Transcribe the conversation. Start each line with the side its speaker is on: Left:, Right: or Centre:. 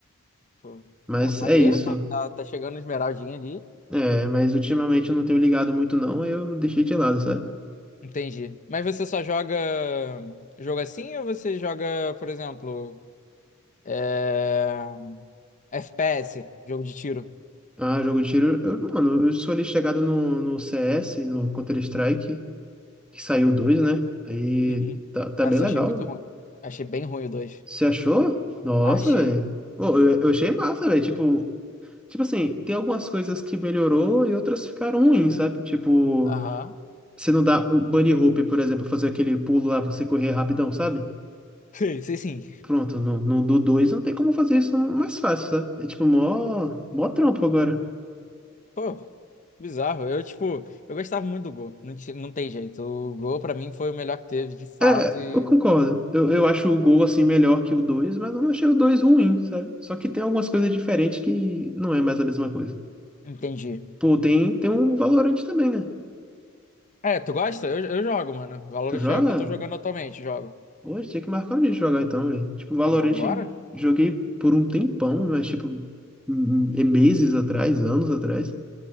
Left: Pô,
Centre: Mas
Left: pô, maneiro,
Centre: é isso.
Left: tá, tá, tá chegando esmeraldinha ali.
Centre: É, mas ultimamente eu não tenho ligado muito não, aí eu deixei de lado, sabe?
Left: Entendi. Mas você só joga jogo assim ou você joga, por exemplo, é, FPS, jogo de tiro?
Centre: Ah, jogo de tiro, eu, mano, eu sou ali chegado no, no CS, no Counter-Strike, que saiu dois, né? Aí
Left: Uhum.
Centre: tá, tá
Left: Nossa,
Centre: bem legal.
Left: achei muito ruim. Achei bem ruim o dois
Centre: Você achou? Nossa,
Left: Achei.
Centre: velho. Pô, Eu, eu achei massa, velho. Tipo, tipo assim, tem algumas coisas que melhorou e outras ficaram ruins, sabe? Tipo,
Left: Aham.
Centre: você não dá o bunny hoop, por exemplo, fazer aquele pulo lá, pra você correr rapidão, sabe?
Left: Sei, sei sim.
Centre: Pronto, no, no do 2 não tem como fazer isso mais fácil, sabe? É tipo mó, mó trampo agora.
Left: Pô, bizarro. Eu, tipo, eu gostava muito do Go. Não, ti- não tem jeito. O Go, pra mim, foi o melhor que teve, de fato,
Centre: É,
Left: e
Centre: eu concordo. Eu, eu acho o Gol assim melhor que o dois mas eu não achei o 2 ruim, sabe? Só que tem algumas coisas diferentes que não é mais a mesma coisa.
Left: entendi.
Centre: Pô, tem, tem um Valorante também, né?
Left: É, tu gosta? Eu, eu jogo, mano. Valorant
Centre: Tu joga?
Left: é o que eu tô jogando atualmente, jogo.
Centre: Hoje tinha que marcar um dia de jogar então, velho. Tipo, Valorante
Left: Pô, vambora?
Centre: joguei por um tempão, mas tipo, m- m- meses atrás, anos atrás.